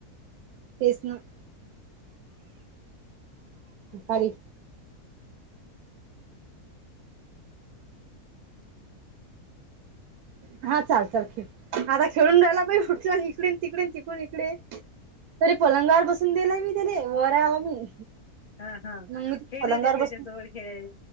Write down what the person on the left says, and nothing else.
हा हा.
खेळणे
द्या त्याच्या
जवळ खेळेल.